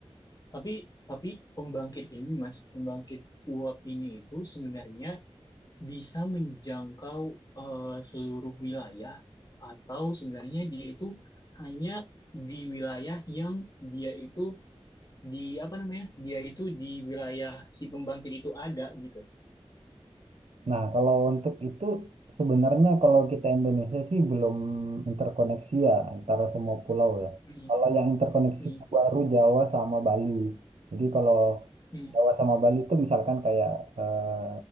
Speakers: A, on the left; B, on the right.
A: Tapi tapi pembangkit ini Mas, pembangkit uap ini itu sebenarnya bisa menjangkau eh, seluruh wilayah atau sebenarnya dia itu hanya di wilayah yang dia itu di apa namanya dia itu di wilayah si pembangkit itu ada gitu.
B: Nah, kalau untuk itu sebenarnya kalau kita Indonesia sih belum interkoneksi ya antara semua pulau ya.
A: Mm,
B: Kalau yang interkoneksi
A: mm,
B: itu baru Jawa sama Bali. Jadi kalau
A: mm,
B: Jawa sama Bali itu misalkan kayak eh,